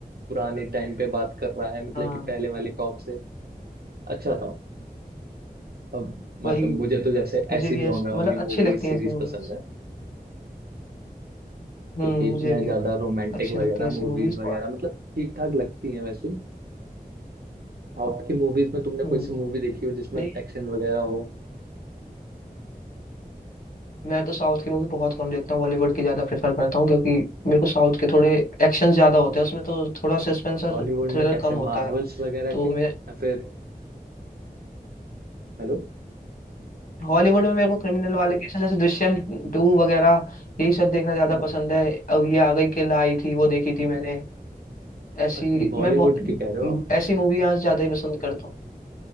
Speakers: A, on the right; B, on the left.
A: पुराने टाइम पे बात कर रहा है मतलब
B: हाँ
A: कि पहले वाले कॉप से अच्छा था अब मतलब
B: वही
A: मुझे तो जैसे
B: मुझे
A: ऐसी
B: भी
A: जॉनर
B: ऐस
A: वाली
B: मतलब अच्छी
A: मूवीज
B: लगती हैं
A: सीरीज
B: ऐसी मूवीज
A: पसंद है
B: हम्म
A: क्योंकि
B: मुझे
A: मैं
B: भी
A: ज्यादा रोमांटिक
B: अच्छी
A: वगैरह
B: लगती हैं ऐसी
A: मूवीज
B: मूवीज
A: वगैरह
B: और
A: मतलब ठीक ठाक लगती हैं वैसे साउथ की मूवीज में तुमने कोई
B: हम्म
A: सी मूवी देखी हो जिसमें
B: नहीं
A: एक्शन वगैरह हो
B: मैं तो साउथ की मूवी बहुत कम देखता हूँ बॉलीवुड की ज्यादा प्रेफर करता हूँ क्योंकि मेरे को साउथ के थोड़े एक्शन ज्यादा होते हैं उसमें तो थोड़ा सस्पेंस और
A: हॉलीवुड
B: थ्रिलर
A: में कैसे
B: कम
A: मार्वल्स
B: होता है
A: वगैरह
B: तो
A: के
B: मैं
A: या फिर हेलो
B: हॉलीवुड में मेरे को क्रिमिनल वाले केसेस जैसे दृश्यम टू वगैरह यही सब देखना ज्यादा
A: बॉ-
B: पसंद है अब ये आ गई किल आई थी वो देखी थी मैंने ऐसी
A: अच्छा बॉलीवुड
B: मैं बहुत
A: की कह रहे हो आप
B: ऐसी मूवी आज ज्यादा ही पसंद करता हूँ